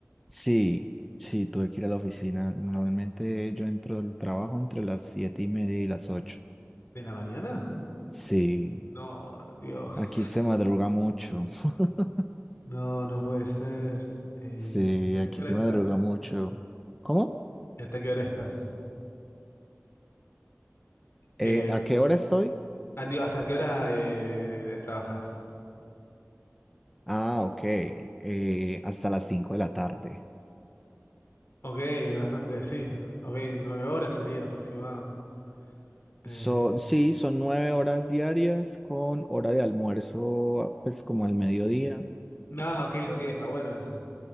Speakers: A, in the centre; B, on the left (about 55°).
A: Sí, sí, tuve que ir a la oficina. Normalmente yo entro al trabajo entre las siete y media y las ocho.
B: ¿De la mañana?
A: Sí,
B: No, Dios,
A: aquí se madruga mucho. <laughs>
B: no, no puede ser. Eh,
A: Sí,
B: ¿y hasta
A: aquí
B: qué hora
A: se
B: estás?
A: madruga mucho. ¿Cómo?
B: ¿Y hasta qué hora estás?
A: Eh,
B: Eh,
A: ¿a qué hora estoy?
B: ah, digo, ¿hasta qué hora eh, trabajas?
A: Ah, ok. eh, hasta las cinco de la tarde.
B: Ok, bastante, sí. Ok, nueve horas sería aproximado. Eh,
A: Son, sí, son nueve horas diarias con hora de almuerzo, pues como al mediodía.
B: no, ok, ok, está bueno eso.